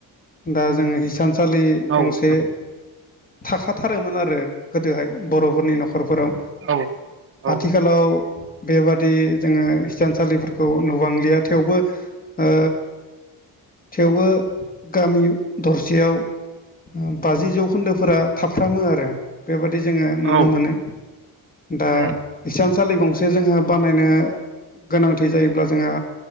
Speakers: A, on the left; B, on the right.
A: दा जोङो हिसानसा सालि
B: औ
A: गंसे
B: नंगौ
A: थाखाथारोमोन आरो गोदोहाय बर'फोरनि न'खरफोराव
B: औ औ
A: आथिखाल आथिखालाव बेबादि जोङो हिसानसालिफोरखौ नुबांलिया थेवबो ओ थेवबो गामि दरसेयाव बाजि जौखोन्दोफोरा थाफ्रामो आरो बेबादि जोङो नुनो
B: औ
A: मोनो दा
B: उम
A: इसानसालि गंसे फारसे जोङो बानायनो गोनांथि जायोब्ला जोंहा